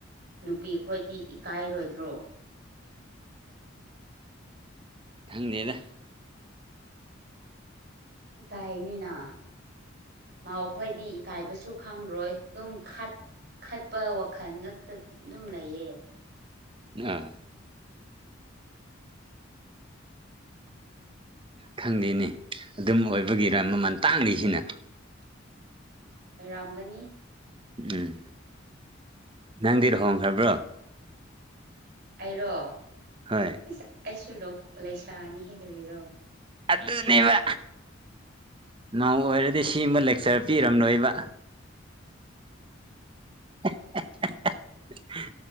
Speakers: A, on the right; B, on the right.
A: ꯅꯨꯄꯤꯈꯣꯏꯗꯤ ꯏꯀꯥꯏꯔꯣꯏꯗ꯭ꯔꯣ
B: ꯈꯪꯅꯦꯗ
A: ꯏ ꯀꯥꯏꯅꯤꯅ ꯃꯥꯎ ꯈꯣꯏꯗꯤ ꯏꯀꯥꯏꯕꯁꯨ ꯈꯪꯔꯣꯏ ꯑꯗꯨꯝ ꯈꯠ ꯈꯠꯄ ꯋꯥꯈꯜ ꯉꯇ ꯑꯗꯨꯝ ꯂꯩꯌꯦ
B: ꯑꯥ ꯈꯪꯗꯦꯅꯦ ꯑꯗꯨꯝ ꯑꯣꯏꯕꯒꯤꯔ ꯃꯃꯜ ꯇꯥꯡꯂꯤꯁꯤꯅ
A: ꯑꯣꯏꯔꯥꯝꯒꯅꯤ
B: ꯎꯨꯝ ꯅꯪꯗꯤ ꯂꯨꯍꯣꯡꯈ꯭ꯔꯕ꯭ꯔꯣ
A: ꯑꯩꯔꯣ
B: ꯍꯣꯏ
A: ꯏꯁ ꯑꯩꯁꯨ ꯂꯣ ꯂꯩꯁꯥꯅꯤꯍꯦ ꯀꯔꯤꯔꯣ
B: ꯑꯗꯨꯅꯦꯕ ꯃꯧ ꯑꯣꯏꯔꯗꯤ ꯁꯤꯃꯥ ꯂꯦꯛꯆꯔ ꯄꯤꯔꯝꯂꯣꯏꯕ ꯑ ꯍ ꯍ